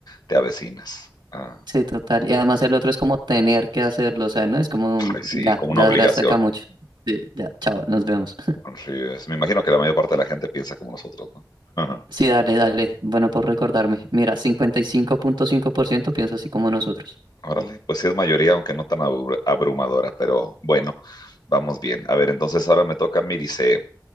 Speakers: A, on the left; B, on the right.
A: te avecinas. Ah,
B: Sí, total. Y además el otro es como tener que hacerlo, o sea, ¿no? Es como,
A: ay, sí,
B: ya,
A: como
B: ya
A: una obligación.
B: duraste acá mucho. Sí, ya, chao, nos vemos. <laughs>
A: Así es. Me imagino que la mayor parte de la gente piensa como nosotros, ¿no? Ajá.
B: Sí, dale, dale. Bueno, por recordarme. Mira, cincuenta y cinco cinco punto cinco por ciento piensa así como nosotros.
A: Órale, pues sí es mayoría, aunque no tan abru- abrumadora, pero bueno, vamos bien. A ver, entonces ahora me toca a mí, dice,